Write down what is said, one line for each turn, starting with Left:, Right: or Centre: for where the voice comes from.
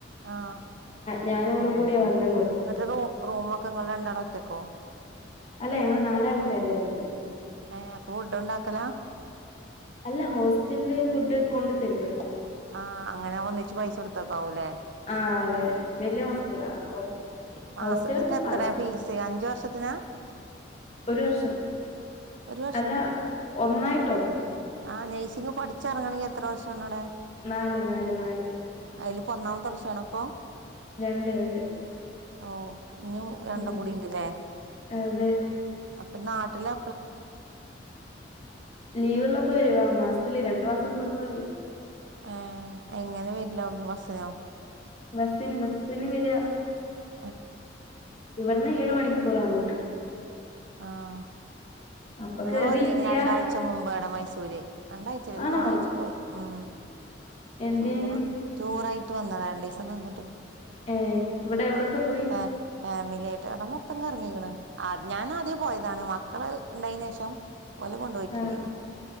Right: ആ ഹ്
Left: ഞാനോളുംകൂടിയാ വന്നന്ന്
Right: മറ്റേ റൂം റൂമൊക്കെ ഇങ്ങൾ രണ്ടാളും ഒറ്റക്കോ?
Left: അല്ലെ ഞങ്ങള് നാല് ആൾക്കാര് റൂമില്
Right: ഏ അപ്പൊ ഫുഡ് ഉണ്ടാക്കലാ
Left: അല്ല ഹോസ്റ്റലില് ഫുഡ് കൊണ്ട് തരു അവര്
Right: ആഹ് അങ്ങനെ ഒന്നിച്ച് പൈസ കൊടുത്തക്കാവുലെ
Left: ആഹ് അതെ വലിയ ഹോസ്റ്റലാ അപ്പം
Right: മാസ
Left: ഹോസ്റ്റലൊക്കെ
Right: ന്നിട്ട് എത്രയാ
Left: ഫാസ്
Right: ഫീസ് അഞ്ച് വർഷത്തിനാ
Left: ഒരു വർഷം
Right: ഒരു
Left: അല്ല ഒന്നായിട്ടോ
Right: ആഹ് നേഴ്‌സിങ് പഠിച്ച് ഇറങ്ങാണെങ്കി എത്ര വർഷാണ് അവിടെ
Left: നാല് നാല് നാല്
Right: അതിലിപ്പോ ഒന്നാമത്തെ വർഷാണ് ഇപ്പൊ
Left: രണ്ട് രണ്ട്
Right: ഓഹ് ഇനിയും രണ്ടും
Left: ഉം
Right: കൂടി ഇണ്ട്ലേ
Left: അതെ
Right: അപ്പോ നാട്ടിലാ
Left: ലീവ് ഉള്ളപ്പോ വരും ആഹ് മാസത്തില് രണ്ടു മാസം കുടുമ്പ വരും
Right: ഏഹ് എങ്ങനെ വരാല് അവിടെന്ന് ബസ്സിനോ
Left: ബസ്സിന് ബസ്സിന് വരുവാ
Right: അൻ
Left: ഇവിടുന്ന് ഏഴു മണിക്കൂർ അങ്ങോട്ട്
Right: ആഹ്
Left: അപ്പൊ
Right: ഞങ്ങൾ
Left: കേറി
Right: വന്നീനി
Left: ഇരിക്ക
Right: രണ്ട് ആഴ്ച മുമ്പ് അവിടെ മൈസൂര് രണ്ടാഴ്ച അല്ല ഒര്
Left: ആണോ
Right: മൂന്ന് ആഴ്ച്ചെക്കെ <unintelligible> ഉം
Left: എന്തിനും
Right: ടൂർ ടൂർ ആയിട്ട് വന്നതാ രണ്ടീസം നിന്ന്
Left: ഏഹ് ഇവിടെ എവിടോക്ക പോയി
Right: ഫാ ഫാമിലി ആയിട്ട് അവിടെ മൊത്തം കറങ്ങിക്ക്ണ് ആ ഞാൻ ആദ്യം പോയതാണ് മക്കള് ഉണ്ടായിനെഷം ഒലെ കൊണ്ട് പോയിട്ടില്ലെനി
Left: ആ